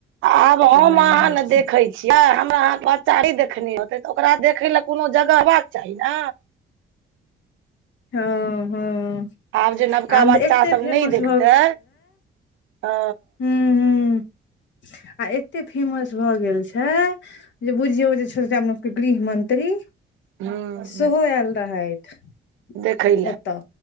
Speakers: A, on the right; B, on the left.
A: आब हम
B: तेनाहिये
A: अहाँ ने
B: छै
A: देख हमरा अहाँके बच्चा क देखने होते तऽ ओकरा देखे ल कोनो जगह हेबाक चाही ने
B: हँ हँ।
A: आब जे नवका
B: आ
A: बच्चा
B: एते
A: सब
B: फेमस
A: नहि देखतै, त
B: हुं हुं आ एते फेमस भऽ गेल छै जे बुझियौ जे छुरजामल के गृह मंत्री
A: ह
B: सेहो आयल रहथि।
A: देखै
B: ओ तऽ